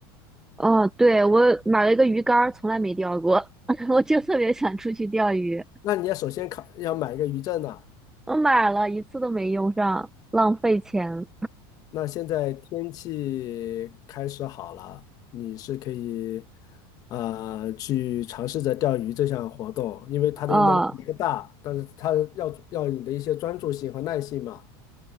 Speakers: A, in the centre; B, on the left.
A: 哦，对，我买了一个鱼竿儿，从来没钓过，<laughs> 我就特别想出去钓鱼。
B: 那你要首先考要买一个渔证呢、
A: 我买了一次都没用上，浪费钱。
B: 那现在天气开始好了，你是可以呃去尝试着钓鱼这项活动，因为它的运动量不大，
A: 啊、
B: 但是它要要你的一些专注性和耐性嘛。